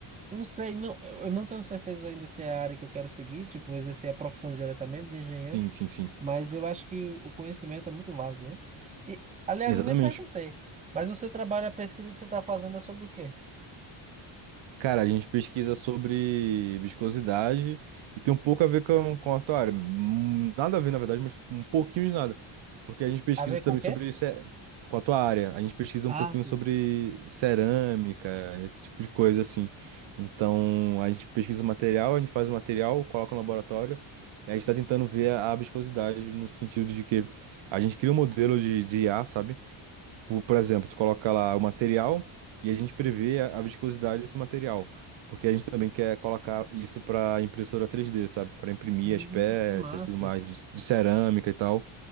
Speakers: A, on the right (about 15°); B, on the right (about 65°).
A: não sei, não, eu eu não tenho certeza ainda se é a área que eu quero seguir, tipo, exercer a profissão diretamente de engenheiro,
B: Sim, sim, sim.
A: mas eu acho que o conhecimento é muito válido, né? E, aliás,
B: Exatamente.
A: eu nem perguntei, mas no seu trabalho, a pesquisa que você está fazendo é sobre o quê?
B: Cara, a gente pesquisa sobre viscosidade e tem um pouco a ver com, com a tua área. Hum, Nada a ver, na verdade, mas um pouquinho de nada. Porque a gente pesquisa
A: A ver
B: também
A: com o quê?
B: sobre ce- com a tua área. A gente pesquisa
A: Ah,
B: um pouquinho
A: sim.
B: sobre cerâmica, esse tipo de coisa assim. Então, a gente pesquisa o material, a gente faz o material, coloca no laboratório e a gente está tentando ver a, a viscosidade no sentido de que a gente cria um modelo de, de IA, sabe? Por, por exemplo, tu coloca lá o material e a gente prevê a, a viscosidade desse material, porque a gente também quer colocar isso para impressora 3D, sabe? Para imprimir
A: Hum,
B: as peças,
A: que massa,
B: tudo mais de, de cerâmica e tal.